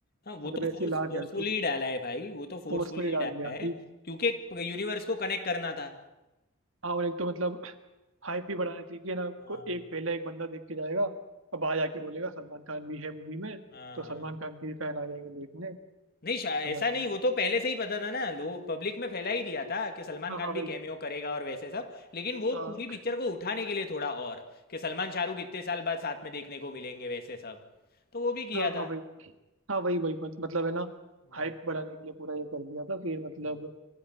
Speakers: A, on the left; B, on the right.
A: हाँ वो
B: मतलब
A: तो
B: ऐसे
A: फोर्स
B: ही ला
A: फोर्सफुली
B: दिया उसको
A: ही डाला है भाई वो तो फोर्सफुली
B: फोर्स में ही
A: ही
B: डाल
A: डाला
B: दिया
A: है
B: कि
A: क्योंकि यूनिवर्स को कनेक्ट करना था
B: हाँ और एक तो मतलब हाइप भी बढ़ानी चाहिए कि है ना
A: हाँ
B: को एक पहले एक बंदा देख के जाएगा और बाहर जाके बोलेगा सलमान खान भी है मूवी में
A: हाँ
B: तो
A: हाँ
B: सलमान
A: हाँ।
B: खान के भी फैन आ जाएंगे देखने
A: नहीं शा-
B: तो
A: ऐसा
B: मतलब
A: नहीं वो तो पहले से ही पता था ना लोग पब्लिक में फैला ही दिया था कि सलमान
B: हाँ
A: खान
B: हाँ
A: भी
B: वही
A: कैमियो करेगा और वैसे सब लेकिन वो
B: हाँ
A: पूरी पिक्चर को उठाने के लिए थोड़ा और कि सलमान शाहरुख इतने साल बाद साथ में देखने को मिलेंगे वैसे सब तो वो भी किया
B: हाँ हाँ
A: था
B: वही हाँ वही वही मत, मतलब है ना
A: हम्म,
B: हाइप बढ़ाने के लिए पूरा ये कर दिया था फिर मतलब
A: हाँ